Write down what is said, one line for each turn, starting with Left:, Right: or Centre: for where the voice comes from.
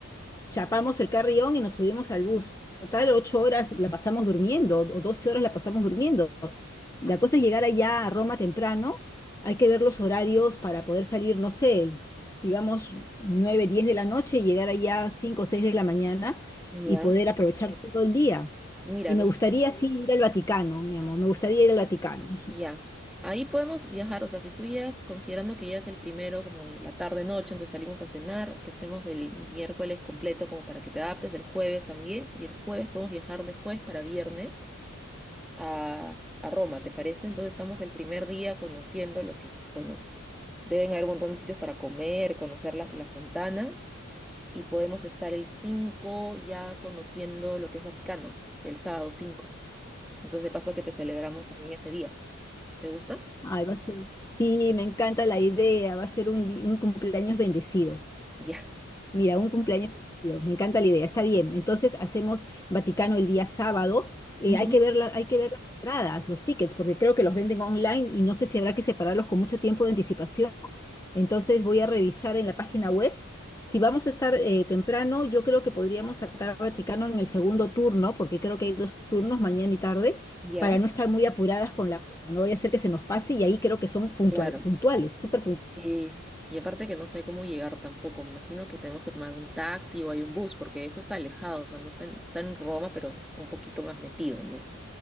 Left: chapamos el carrión y nos subimos al bus. Total, ocho horas la pasamos durmiendo o doce horas la pasamos durmiendo. La cosa es llegar allá a Roma temprano. Hay que ver los horarios para poder salir, no sé, digamos nueve, diez de la noche y llegar allá cinco o seis de la mañana
Centre: Ya,
Left: y poder aprovechar todo el día.
Centre: mira,
Left: Y
Centre: no
Left: me gustaría
Centre: sé,
Left: sí ir al Vaticano, mi amor, me gustaría ir al Vaticano, hijita.
Centre: ya. Ahí podemos viajar, o sea, si tú llegas considerando que ya es el primero, como en la tarde noche, entonces salimos a cenar, que estemos el miércoles completo como para que te adaptes, el jueves también, y el jueves podemos viajar de jueves para viernes a, a Roma, ¿te parece? Entonces estamos el primer día conociendo lo que, bueno, Deben haber un montón de sitios para comer, conocer la, la Fontana y podemos estar el 5 ya conociendo lo que es Vaticano, el sábado 5. Entonces, de paso que te celebramos también ese día. ¿Te gusta?
Left: Ay, va a ser. Sí, me encanta la idea, va a ser un, di- un cumpleaños bendecido.
Centre: Ya.
Left: Mira, un cumpleaños. divertido. Me encanta la idea. Está bien. Entonces hacemos Vaticano el día sábado. Eh,
Centre: <laughs> Ujú.
Left: hay que ver la- hay que ver las entradas, los tickets, porque creo que los venden online y no sé si habrá que separarlos con mucho tiempo de anticipación. Entonces voy a revisar en la página web. Si vamos a estar eh, temprano, yo creo que podríamos sacar Vaticano en el segundo turno, porque creo que hay dos turnos, mañana y tarde,
Centre: Ya.
Left: para no estar muy apuradas con la hora. No voy a hacer que se nos pase y ahí creo que son puntual,
Centre: Claro.
Left: puntuales, súper
Centre: Y, y aparte que no sé cómo llegar tampoco. Me imagino que tenemos que tomar un taxi o hay un bus, porque eso está alejado, o sea, no está en, está en Roma, pero un poquito más metido, ¿no?